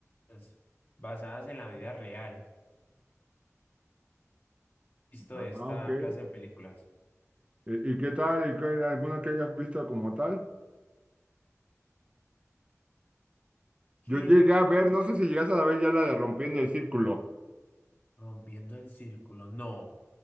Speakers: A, on the left; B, on the right.
A: las basadas en la vida real, visto
B: Ah,
A: de esta
B: ok.
A: clase de películas.
B: ¿Y, y qué tal? ¿Y qué- alguna que hayas visto como tal?
A: Ejemplo,
B: Yo llegué a ver, no sé si llegaste a ver ya la de Rompiendo el Círculo.
A: Rompiendo el Círculo. No.